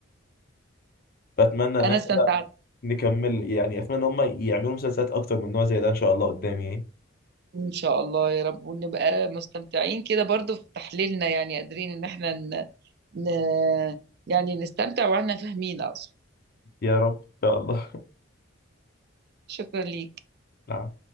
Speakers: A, on the left; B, on the right.
A: فأتمنى إن
B: انا
A: إحنا
B: استمتعت
A: نكمل يعني أتمنى إن هم يعملوا مسلسلات أكتر من نوع زي ده إن شاء الله قدام يعني
B: إن شاء الله يا رب ونبقى مستمتعين كده برضو في تحليلنا يعني قادرين إن احنا ن... ن... يعني نستمتع وإحنا فاهمين أصلا
A: يا رب ان شاء الله
B: شكرا ليك
A: نعم